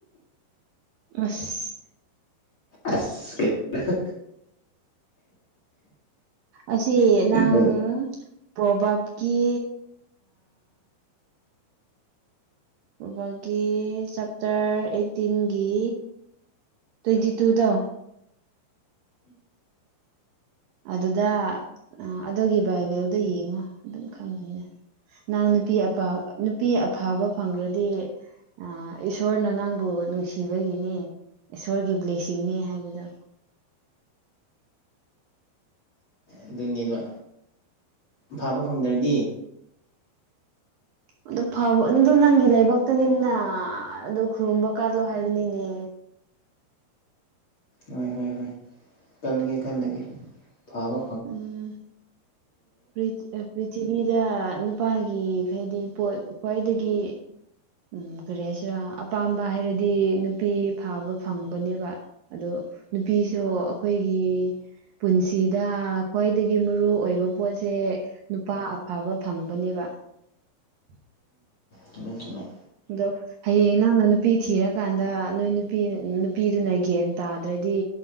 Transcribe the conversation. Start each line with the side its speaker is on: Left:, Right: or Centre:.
Right: ꯑꯁ
Left: ꯑꯁ ꯀ
Right: ꯑꯁꯤ ꯅꯪ
Left: ꯎꯝ
Right: ꯄ꯭ꯔꯣꯕꯥꯕꯀꯤ ꯎꯒꯤ ꯆꯞꯇꯔ ꯑꯩꯠꯇꯤꯟꯒꯤ ꯇ꯭ꯋꯦꯟꯇꯤ ꯇꯨꯗꯣ ꯑꯗꯨꯗ ꯑꯗꯨꯒꯤ ꯕꯥꯏꯕꯦꯜꯗꯣ ꯌꯦꯡꯉꯣ ꯑꯗꯨꯝ ꯈꯪꯉꯅꯦ ꯅꯍꯪ ꯅꯨꯄꯤ ꯑꯄꯥ ꯅꯨꯄꯤ ꯑꯐꯕ ꯐꯪꯈ꯭ꯔꯗꯤ ꯑ ꯏꯁꯣꯔꯅ ꯅꯪꯕꯨ ꯅꯨꯡꯁꯤꯕꯒꯤꯅꯦ ꯏꯁꯣꯔꯒꯤ ꯕ꯭ꯂꯦꯁꯤꯡꯅꯦ ꯍꯥꯏꯕꯗꯣ
Left: ꯑꯗꯨꯅꯦꯗ ꯐꯥꯕ ꯐꯪꯗ꯭ꯔꯗꯤ
Right: ꯑꯗꯨ ꯐꯕ ꯑꯗꯨ ꯅꯪꯒꯤ ꯂꯩꯥꯏꯕꯛꯇꯅꯤꯅ ꯑꯗꯨ ꯈꯨꯔꯨꯝꯕ ꯀꯠꯂꯣ ꯍꯥꯏꯕꯅꯤꯅꯦ
Left: ꯍꯣꯏ ꯍꯣꯏ ꯍꯣꯏ ꯀꯒꯦ ꯀꯒꯦ ꯐꯥꯕ
Right: ꯎꯝ ꯐꯔꯤ ꯄ꯭ꯔꯤꯊꯤꯕꯤꯗ ꯅꯨꯄꯥꯒꯤ ꯍꯥꯏꯗꯤ ꯄꯣꯠ ꯈ꯭ꯋꯥꯏꯗꯒꯤ ꯎꯝ ꯀꯔꯤ ꯍꯥꯏꯁꯤꯔꯥ ꯑꯄꯥꯝꯕ ꯍꯥꯏꯔꯗꯤ ꯅꯨꯄꯤ ꯐꯕ ꯐꯪꯕꯅꯦꯕ ꯑꯗꯣ ꯅꯨꯄꯤꯁꯨ ꯑꯩꯈꯣꯏꯒꯤ ꯄꯨꯟꯁꯤꯗ ꯗ ꯈ꯭ꯋꯥꯏꯗꯒꯤ ꯃꯔꯨ ꯑꯣꯏꯕ ꯄꯣꯠꯁꯦ ꯅꯨꯄꯥ ꯑꯐꯕ ꯐꯪꯕꯅꯦꯕ ꯎ
Left: ꯇꯃꯦꯟ ꯆꯃꯦ
Right: ꯑꯗꯣ ꯍꯌꯦꯡ ꯅꯪꯅ ꯅꯨꯄꯤ ꯊꯤꯔꯀꯥꯟꯗ ꯅꯣꯏ ꯅꯨꯄꯤ ꯅꯨꯄꯤꯗꯨꯅ ꯒ꯭ꯌꯟ ꯇꯥꯗ꯭ꯔꯗꯤ